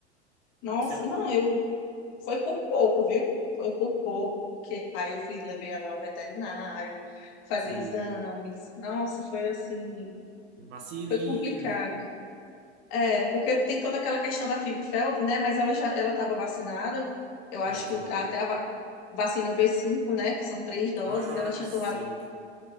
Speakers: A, on the left; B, on the right.
A: Nossa,
B: Se é-
A: não, eu foi por pouco, viu? Foi por pouco, porque aí eu fui levei ela ao veterinário, fazer
B: Sim,
A: exames. Nossa, foi assim,
B: vacilinha.
A: foi complicado. É, porque tem toda aquela questão da FIV-FeLV, né? Mas ela já ela estava vacinada. Eu acho
B: Ai, que
A: que
B: bom.
A: até a va- vacina v cinco, né? Que são três doses,
B: Ah,
A: ela tinha
B: sim.
A: tomado.